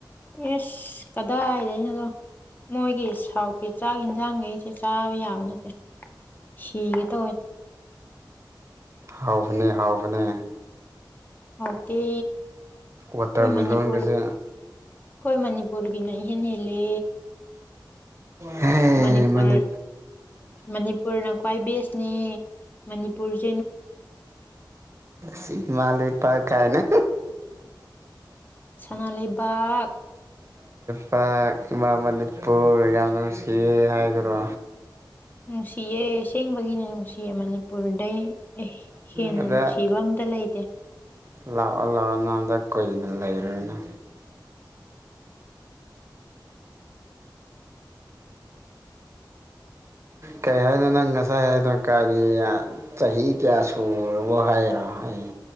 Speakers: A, on the left; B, on the right.
A: ꯑꯦꯁ ꯀꯗꯥꯏꯗꯩꯅꯣꯗ ꯃꯣꯏꯒꯤ ꯁꯥꯎꯠꯀꯤ ꯆꯥꯛ ꯌꯦꯟꯖꯥꯡ ꯑꯩꯁꯦ ꯆꯥꯕ ꯌꯥꯕ ꯅꯠꯇꯦ ꯁꯤꯒꯦ ꯇꯧꯋꯦ
B: ꯍꯥꯎꯕꯅꯦ ꯍꯥꯎꯕꯅꯦ
A: ꯍꯥꯎꯇꯦ
B: ꯋꯥꯇꯔꯃꯦꯂꯣꯟꯒꯁꯦ
A: ꯃꯅꯤꯄꯨꯔ ꯑꯩꯈꯣꯏ ꯃꯅꯤꯄꯨꯔꯒꯤꯅ ꯏꯍꯦꯟ ꯍꯦꯜꯂꯦ
B: ꯍꯦ
A: ꯃꯅꯤꯄꯨꯔ
B: ꯃꯅꯤ
A: ꯃꯅꯤꯄꯨꯔꯅ ꯈ꯭ꯋꯥꯏ ꯕꯦꯁ ꯅꯦ ꯃꯅꯤꯄꯨꯔꯁ
B: ꯁꯤꯃꯂ <unintelligible>
A: ꯁꯅꯥ ꯂꯩꯕꯥꯛ
B: ꯄ ꯏꯃꯥ ꯃꯅꯤꯄꯨꯔ ꯌꯥꯝ ꯅꯨꯡꯁꯤꯌꯦ ꯍꯥꯏꯗꯨꯔꯣ
A: ꯅꯨꯡꯁꯤꯌꯦ ꯑꯁꯦꯡꯕꯒꯤꯅꯦ ꯅꯨꯡꯁꯤꯌꯦ ꯃꯅꯤꯄꯨꯔꯗꯩ ꯑꯦ ꯍꯦꯟꯅ
B: ꯑꯗ
A: ꯅꯨꯡꯁꯤꯕ ꯑꯝꯇ ꯂꯩꯇꯦ
B: ꯂꯥꯛꯑꯣ ꯂꯥꯛꯑꯣ ꯅꯅꯥꯗ ꯀꯨꯏꯅ ꯂꯩꯔꯅ ꯀꯔꯤ ꯍꯥꯏꯅꯣ ꯅꯪ ꯉꯁꯥꯏ ꯍꯥꯏꯗꯣ ꯀꯥꯏꯔꯤ ꯆꯍꯤ ꯀꯌꯥ ꯁꯔꯕꯣ ꯍꯥꯏꯔꯣ ꯑꯩ